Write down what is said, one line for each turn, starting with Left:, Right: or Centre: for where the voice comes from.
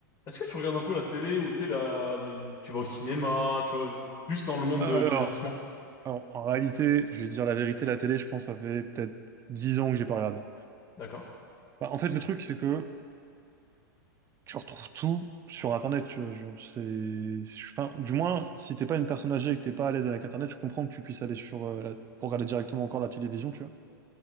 Left: Est-ce que tu regardes un peu la télé ou tu sais, la, les- tu vas au cinéma, tu vois, plus dans le monde
Right: Alors,
Left: de- du divertissement?
Right: alors, en réalité, je vais dire la vérité, la télé, je pense, ça fait peut-être 10 ans que j'ai pas regardé.
Left: D'accord.
Right: Bah, en fait, le truc, c'est que tu retrouves tout sur Internet. tu vois, genre, c'est, c'est- enfin, du moins, si t'es pas une personne âgée et que t'es pas à l'aise avec Internet, je comprends que tu puisses aller sur euh, la- pour regarder directement encore la télévision, tu vois.